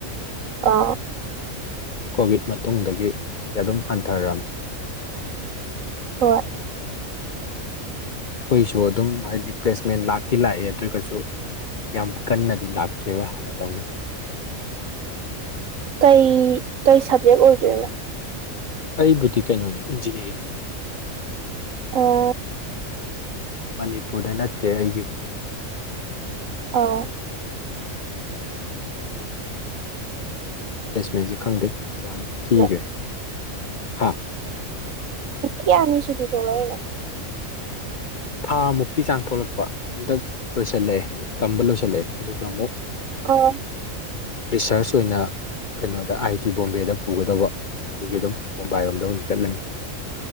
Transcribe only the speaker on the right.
ꯑꯥ
ꯍꯣꯏ
ꯀꯩ ꯀꯩ ꯁꯕꯖꯦꯛ ꯑꯣꯏꯒꯦꯕꯥ
ꯑꯣ
ꯑ
ꯅꯨꯃꯤꯠ
ꯗꯒꯤ ꯑꯃꯅꯤꯁꯨꯨꯇꯤ ꯇꯂꯣꯏꯅ
ꯑꯥ